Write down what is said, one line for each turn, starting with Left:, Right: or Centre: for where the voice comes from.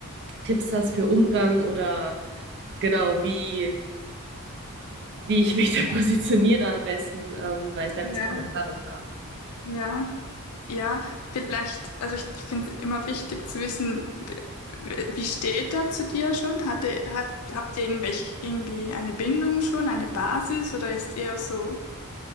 Right: Tipps hast für Umgang oder genau, wie, wie ich mich da <laughs> positioniere am besten, ähm, weil ich da ein
Left: Ja,
Right: bisschen Erfahrung habe.
Left: ja, ja. Vielleicht, also ich, ich finde immer wichtig zu wissen, wie, wie steht er zu dir schon? Hatte, hat, habt ihr irgendwelche, irgendwie eine Bindung schon, eine Basis oder ist eher so,